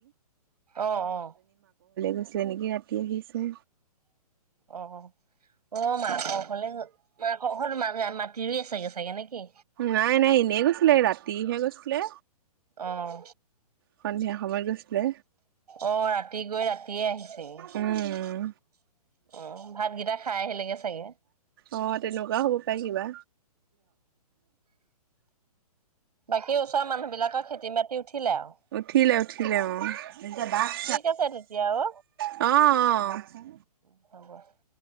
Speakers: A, on the right (about 80°); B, on the right (about 35°).
A: অ', অ',
B: গৈছিলে নেকি ৰাতি আহিছে।
A: অ অ মাকঘৰলে গ'ল মাকঘৰত মা তি ৰুই আছে চাগে নে কি?
B: নাই নাই এনেই গৈছিলে ৰাতিহে গৈছিলে।
A: অঁ
B: সন্ধিয়া সময়ত গৈছিলে।
A: অ ৰাতি গৈ ৰা তিয়ে আহিছেগে,
B: উম।
A: অ ভাতকেইটা খাই আহিলেগে চাগে?
B: অ তেনেকুৱাও হ'ব পাৰে কিবা।
A: বাকী ওচৰৰ মানুহ বিলাকৰ খেতি-মাটি উঠিলে আৰু?
B: উঠিলে উঠিলে অ। <unintelligible>
A: ঠিক আছে তেতিয়া অ।
B: অ অ
A: <unintelligible>